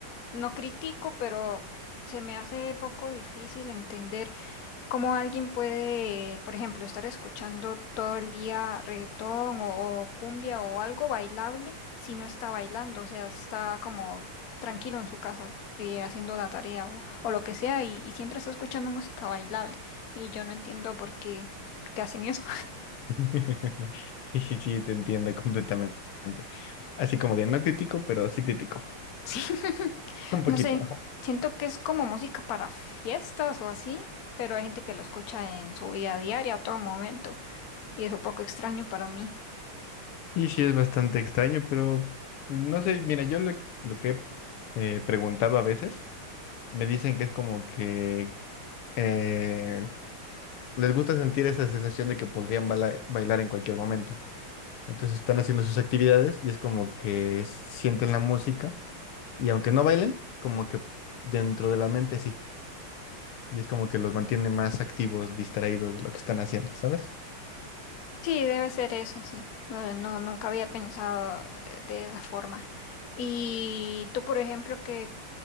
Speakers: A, on the left; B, on the left.
A: no critico, pero se me hace poco difícil entender cómo alguien puede, por ejemplo, estar escuchando todo el día reggaetón o, o cumbia o algo bailable si no está bailando, o sea, está como tranquilo en su casa y haciendo la tarea o, o lo que sea y, y siempre está escuchando música bailable. Y yo no entiendo por qué, por qué hacen eso.
B: <laughs> Sí, sí, sí, te entiendo completamente. Así como de, no critico, pero sí critico.
A: Sí, <laughs>
B: Un poquito.
A: no sé, siento que es como música para fiestas o así, pero hay gente que lo escucha en su vida diaria a todo momento y es un poco extraño para mí.
B: Y sí, es bastante extraño, pero pues, no sé, mira, yo lo, lo que he eh, preguntado a veces, me dicen que es como que eh, les gusta sentir esa sensación de que podrían baila- bailar en cualquier momento. Entonces están haciendo sus actividades y es como que sienten la música y aunque no bailen, como que dentro de la mente sí. Y es como que los mantiene más activos, distraídos de lo que están haciendo, ¿sabes?
A: Sí, debe ser eso, sí. No, no, nunca había pensado eh, de esa forma. Y tú, por ejemplo, ¿qué,